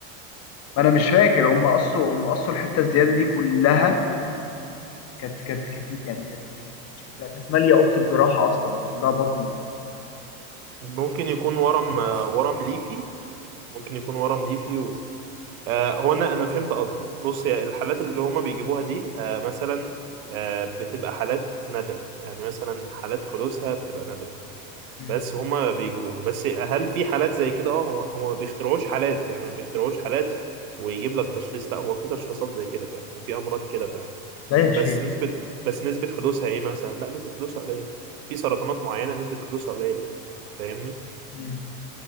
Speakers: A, on the left; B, on the right.
A: ما انا مش فاكر هم قصوا هم قصوا الحتة الزيادة دي كلها كانت كانت كتير يعني كانت كانت شكلها كانت مالية أوضة الجراحة أصلا كلها بطنه يعني
B: ممكن يكون ورم آه، ورم ليفي ممكن يكون ورم ليفي و... آه هو انا انا فهمت قصدك بص يا الحالات اللي هما بيجيبوها دي آه مثلا آه بتبقى حالات نادرة يعني مثلا حالات حدوثها بتبقى نادرة
A: مم.
B: بس هما بيجيبوها بس هل في حالات زي كده اه هما هما ما بيخترعوش حالات يعني ما بيخترعوش حالات ويجيب لك تشخيص لا هو في تشخيصات زي كده فعلا وفي امراض كده فعلا
A: ده يا شيخ
B: بس نسبة بس نسبة حدوثها ايه مثلا لا نسبة حدوثها قليلة في سرطانات معينة نسبة حدوثها قليلة فاهمني
A: مم.